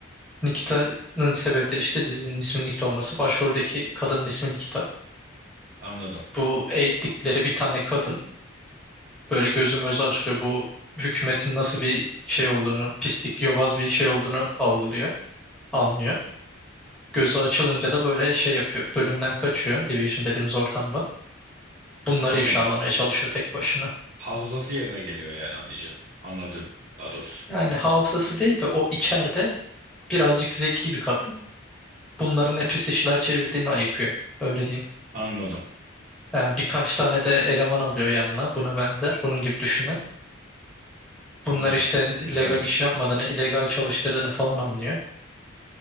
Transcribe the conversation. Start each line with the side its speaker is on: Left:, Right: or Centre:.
Centre: Nikita'nın sebebi de işte dizinin isminin Nikita olması. Başroldeki kadının ismi Nikita.
Right: anladım.
Centre: Bu eğittikleri bir tane kadın. Böyle gözüm özü açılıyor. Bu hükümetin nasıl bir şey olduğunu, pislik, yobaz bir şey olduğunu algılıyor, anlıyor. Gözü açılınca da böyle şey yapıyor. Bölümden kaçıyor, Division dediğimiz ortamdan. Bunları
Right: Anladım.
Centre: ifşalamaya çalışıyor tek başına.
Right: Hafızası yerine geliyor yani anlayacağım. Anladım daha doğrusu.
Centre: Yani hafızası değil de o içeride birazcık zeki bir kadın. Bunların ne pis işler çevirdiğini ayıkıyor. Öyle diyeyim.
Right: Anladım.
Centre: Yani birkaç tane de eleman alıyor yanına buna benzer. Bunun gibi düşünün.
Right: Anladım.
Centre: Bunlar işte
Right: Güzelmiş.
Centre: legal iş yapmadığını, illegal çalıştırdığını falan anlıyor.